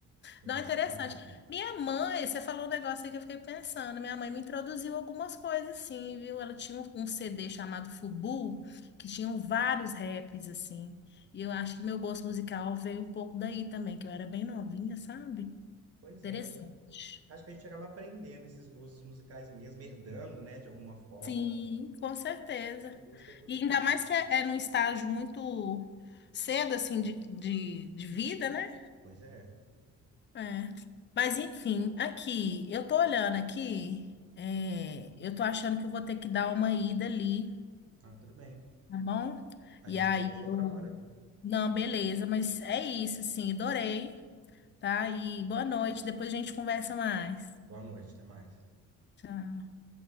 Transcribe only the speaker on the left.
Não, interessante.
Minha mãe, você falou um negócio aí que eu fiquei pensando. Minha mãe me introduziu algumas coisas, assim, viu? Ela tinha um, um CD chamado Fubu, que tinham vários raps, assim. E eu acho que meu gosto musical veio um pouco daí também, que eu era bem novinha, sabe?
Interessante.
Sim, com certeza.
E ainda mais que é, é num estágio muito cedo, assim, de, de, de vida, né?
É. Mas enfim, aqui, eu tô olhando aqui, é, eu tô achando que eu vou ter que dar uma ida ali,
tá bom?
E
aí
eu.
Não, beleza, mas é isso, assim, adorei, tá? E boa noite, depois a gente conversa mais.
Tchau.